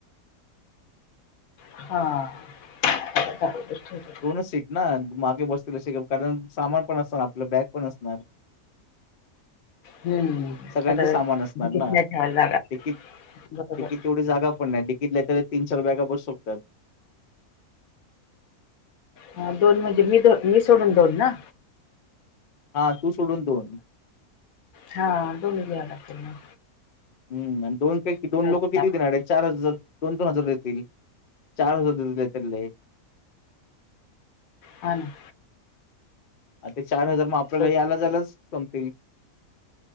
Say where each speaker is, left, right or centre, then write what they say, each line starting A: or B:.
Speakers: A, on the left; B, on the left.
A: हा <unintelligible>
B: दोनच सीट ना मागे बसतील असे कारण सामान पण असणार आपलं बॅग पण असणार.
A: हम्म.
B: सगळ्यांचे
A: आता
B: सामान
A: तिकीट
B: असणार ना
A: नाही ठेवायला लागणार.
B: डिकीत
A: बरोबर.
B: डिकीत तेवढी जागा पण नाही. डिकीततीन चार बॅगा बसु शकतात.
A: हा दोन म्हणजे मी द मी सोडून दोन ना?
B: हा तू सोडून दोन.
A: हा दोन्हीयालाातना.
B: हम् दोन काही दोन लोकं
A: घेणार?
B: किती देणार आहे चार हजार दोन दोन हजार देतील चार हजार देतील काही त्यातले.
A: ह ना.
B: आ ते चार हजार मग आपल्याला
A: तर
B: याला जायलाच संपतील.